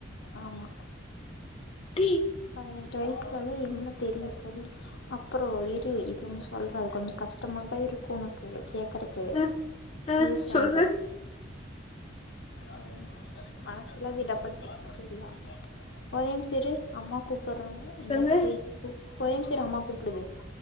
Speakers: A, on the left; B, on the left.
A: ஆமா
B: தீ
A: பதினெட்டு வயசுக்கல்லா என்ன தெரியு சொல்லு அப்புறோ இரு இது ஒன்னு சொல்ற அது கொஞ்சோ கஷ்டமா தா இருக்கு ஒனக்கு கேக்குறதுக்கு ஓ
B: ஆ ஆ
A: நீ <unintelligible>
B: சொல்லு
A: அதான் சொல் மனசுல விடப்பட்டத்து தெரியாம ஒரே நிமிசோ இரு அம்மா கூப்பர்றாங்க என்னாதுக்கு
B: சொல்லு
A: வெயிட் ஒரே நிமிசே இரு அம்மா கூப்புடுது